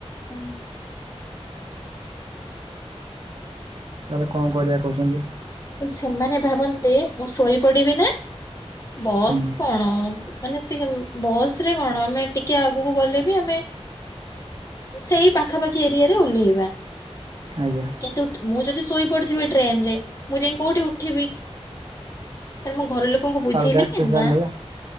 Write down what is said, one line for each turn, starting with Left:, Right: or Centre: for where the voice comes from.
Left: ହୁଁ।
Right: ତାହେଲେ କଣ କରିବା କହୁଛନ୍ତି?
Left: ସେମାନେ ଭାବନ୍ତି ମୁଁ ଶୋଇ ପଡିବି ନା, ବସ୍
Right: ହୁଁ
Left: କଣ ମାନେ ସେ ବସ୍ ରେ କଣ ଆମେ ଟିକେ ଆଗକୁ ଗଲେ ବି ଆମେ ସେଇ ପାଖାପାଖି ଏରିଆରେ ଓହ୍ଲେଇବା।
Right: ଆଜ୍ଞା।
Left: କିନ୍ତୁ ମୁଁ ଯଦି ଶୋଇପଡିଥିବି ଟ୍ରେନ୍ ରେ ମୁଁ ଯାଇ କୋଉଠି ଉଠିବି। ତାଲେ ମୁଁ ଘର ଲୋକଙ୍କୁ ବୁଝେଇଲି
Right: ଅଲଗା ଷ୍ଟେସନରେ
Left: କି ନା